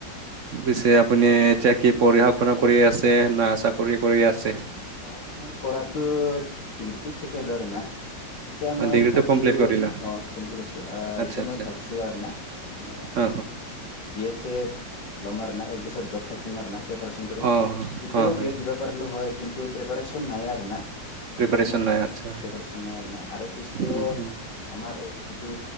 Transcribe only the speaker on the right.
পিছে আপুনি এতিয়া কি পঢ়া শুনা কৰি আছে না চাকৰি কৰি আছে?
ডিগ্ৰীটো
কমপ্লিট কৰিলা
আচ্ছা
আচ্ছা
অ
অ অ
অ হয়
প্ৰিপাৰেচন
নাই আচ্ছা
উম উম